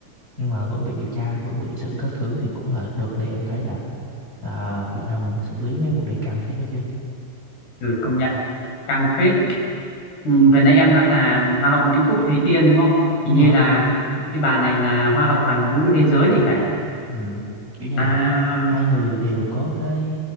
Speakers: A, on the right; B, on the left.
A: Nhưng mà vẫn bị điều tra, vẫn bị xử các thứ thì cũng là đợt này em thấy là à, Việt Nam mình xử lý mấy vụ này căng phết đó chứ.
B: ừ, công nhận căng phết. Ừ, vừa nãy em nói là hoa hậu Nguyễn Thúc Thùy Tiên đúng không?
A: Đúng
B: Hình như
A: rồi.
B: là cái bà này là hoa hậu hoàn vũ thế giới thì phải.
A: Ừ, kiểu như
B: À,
A: là hai người đều có cái